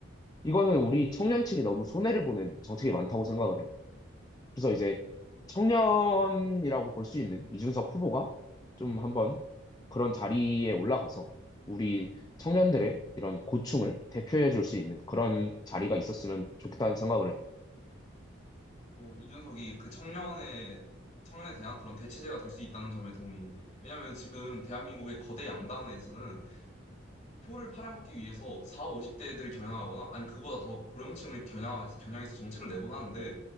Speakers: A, on the left; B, on the left.
A: 이거는 우리 청년층이 너무 손해를 보는 정책이 많다고 생각을 해. 그래서 이제 청년이라고 볼 수 있는 이준석 후보가 좀 한번 그런 자리에 올라가서 우리 청년들의 이런 고충을 대표해 줄 수 있는 그런 자리가 있었으면 좋겠다는 생각을 해.
B: 또 이준석이 그 청년의, 청년에 대한 그런 대체제가 될 수 있다는 점에 동의 왜냐면 지금 대한민국의 거대 양당에서는 표를 팔아먹기 위해서 4, 50대들을 겨냥하거나 아니면 그보다 더 고령층을 겨냥, 겨냥해서 정책을 내곤 하는데